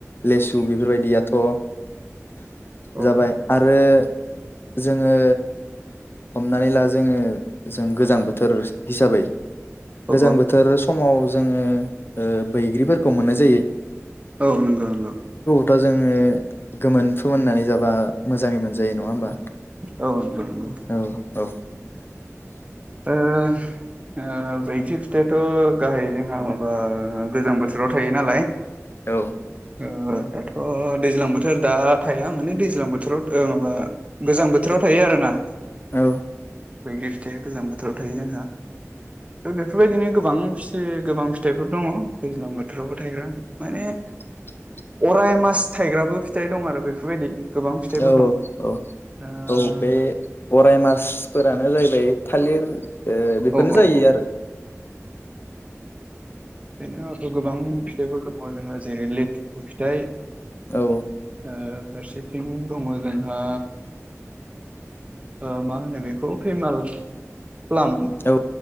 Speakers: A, on the left (about 45°); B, on the right (about 25°).
A: लेसु बेफोरबायदियाथ'
B: औ
A: जाबाय आरो जोङो हमनानै ला जोङो जों गोजां बोथोर हिसाबै
B: औ
A: गोजां बोथोर समाव जोङो ओ बैग्रिफोरखौ मोननाय जायो
B: औ नंगौ नंगौ
A: थ' जोङो गोमोन फोमोननानै जाबा मोजाङै मोनजायो नङा होमबा
B: औनंग नंगौ
A: औ औ
B: ओह ब्रैथि फिथाइाथ' गाहाय जोंहा माबा गोजां बोथोराव थायो नालाय
A: औ
B: ओ दाथ' दैज्लां बोथोर दा थाया माने दैज्लां बोरो राव ओ माबा गोजां बोथोराव थायो आरो ना
A: औ
B: बैग्रि फिथाया गोजां बोथोराव थायो जोंहा बेफोरबायदिनो गोबां फिओ गोबां फिथाइफोर दङ दैज्लां बोथोरावबो थायग्रा माने
A: <inaudible>
B: अराय मास थाइग्राबो फिथाइ दं आरो बेफोरबायदि गोबां फिथाइफोर
A: औ
B: दं
A: औ
B: ओ
A: औ बे अराय मास फोरानो जाहैबाय थालिर ओ बेफोरनो
B: औ औ
A: जायो
B: औ
A: आरो
B: बेनोथ' गोबां फिथाइफोर दङ जोंहा जेरै लेथु फिथाइ
A: औ
B: ओ फारसेथिं दङ जोंहा ओ मा होनो बेखौ फैमाल प्लाम
A: औ